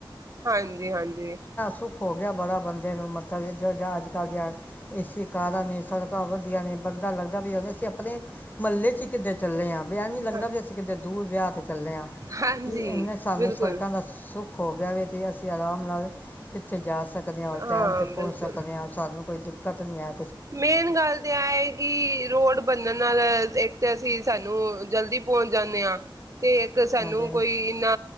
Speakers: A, on the right; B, on the left.
A: ਹਾਂਜੀ-ਹਾਂਜੀ,
B: ਸੁੱਖ ਹੋ ਗਿਆ ਬੜਾ ਬੰਦੇ ਨੂੰ ਮਤਲਬ ਜੋ ਅੱਜ- ਕੱਲ੍ਹ ਦੀਆਂ ਏ ਸੀ ਕਾਰਾਂ ਨੇ, ਸੜਕਾਂ ਵਧੀਆ ਨੇ ਬੰਦਾ ਲੱਗਦਾ ਵੀ ਅਸੀਂ ਆਪਣੇ ਮਹੱਲੇ ਚ ਹੀ ਕਿਧਰ ਚੱਲੇ ਆ। ਵੀ ਐ ਨੀ ਲੱਗਦਾ
A: ਹਾਂਜੀ
B: ਵੀ ਅਸੀ ਕਿਤੇ ਦੂਰ ਵਿਆਹ ਤੇ ਚੱਲਿਆ
A: ਹਾਂਜੀ
B: ਕਿ ਇਹਨੇ ਸਾਨੂੰ
A: ਬਿਲਕੁਲ
B: ਸੜਕਾਂ ਦਾ ਸੁੱ ਖੋ ਗਿਆ ਵੇ ਤੇ ਅਸੀਂ ਆਰਾਮ ਨਾਲ ਕਿੱਥੇ ਜਾ ਸਕਦੇ ਆ ਔਰ
A: ਹਾਂ
B: ਟਾਈਮ ਤੇ ਪਹੁੰਚ
A: ਬਿਲਕੁਲ
B: ਸਕਦੇ ਆ ਸਾਨੂੰ ਕੋਈ ਦਿੱਕਤ ਨਹੀਂ ਐ
A: ਮੇਨ ਗੱਲ ਤਾਂ ਆ ਏ ਕਿ ਰੋਡ ਬਨਣ ਨਾਲ ਇੱਕ ਤੇ ਅਸੀਂ ਸਾਨੂੰ ਜਲਦੀ ਪਹੁੰਚ ਜਾਂਦੇ ਹਾਂ। ਤੇ ਇੱਕ ਸਾਨੂੰ
B: ਹਾਂਜੀ
A: ਕੋਈ ਇੰਨਾ